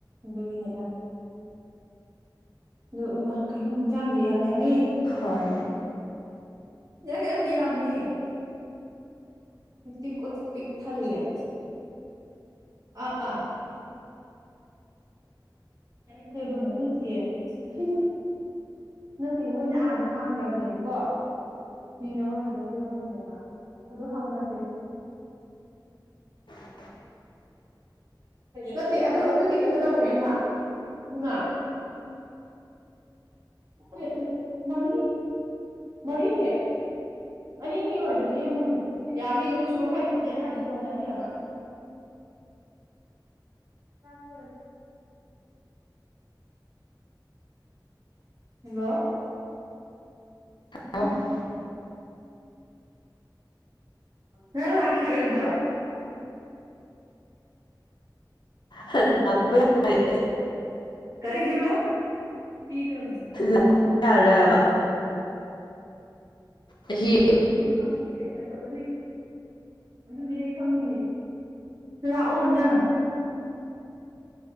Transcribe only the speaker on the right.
ꯑꯗꯨꯒꯤꯅꯤꯗ ꯑꯗꯨ ꯏꯃꯥ ꯀꯩꯅꯣ ꯍꯤꯟꯖꯥꯡꯖꯦ ꯌꯥꯝ ꯌꯥꯝꯃꯦ
ꯅꯪ ꯌꯥꯝ ꯌꯥꯝꯃꯦ ꯎꯇꯤꯡꯀꯨꯆ ꯄꯤꯛ ꯊꯜꯂꯦ ꯑꯥ ꯀꯔꯤꯕꯨꯅꯣ ꯅꯠꯇꯤꯌꯦ ꯁꯤꯁꯦ ꯅꯠꯇꯦ ꯃꯣꯏꯅ ꯑꯥꯗ ꯊꯥꯡꯒ꯭ꯔꯕꯅꯦꯕꯀꯣ ꯐꯤꯅ ꯑꯩꯈꯣꯏ ꯈꯥꯏꯗꯣꯛꯄꯤꯔꯝꯃꯝꯅꯦꯕ ꯑꯗꯣ ꯍꯪꯉꯁꯦ
ꯅꯠꯇꯦ ꯑꯗꯨ ꯑꯗꯨꯗꯤ ꯀꯩꯅꯣ ꯇꯧꯒ꯭ꯔꯦ ꯏꯃꯥ ꯏꯃꯥ ꯑꯦ ꯑꯦ ꯃꯔꯤ ꯃꯔꯤꯅꯦ ꯑꯅꯤꯅꯤ ꯑꯣꯏꯔꯗꯤ ꯂꯦꯝꯃꯅꯤ ꯌꯥꯅꯤ ꯑꯗꯨꯝ ꯁꯨ ꯍꯥꯏꯗꯤ ꯌꯦ ꯍꯥꯏꯗꯤ ꯀꯣꯟꯅꯅꯤ ꯍꯥꯏꯕ <unintelligible> ꯍꯜꯂꯣ
ꯅꯪ ꯂꯥꯛꯈꯤꯔꯣꯏꯗ꯭ꯔꯣ
ꯀꯔꯤꯑꯕ ꯄꯤꯒꯔꯕꯅꯤ ꯃꯣꯏ
ꯑꯗꯨꯗꯤ ꯈꯪꯗꯤꯌꯦ ꯑꯗꯨ ꯑꯗꯨꯏ ꯑꯗꯨꯗꯤ ꯑꯩ ꯈꯪꯗꯤꯌꯦ ꯂꯥꯛꯑꯣ ꯅꯪ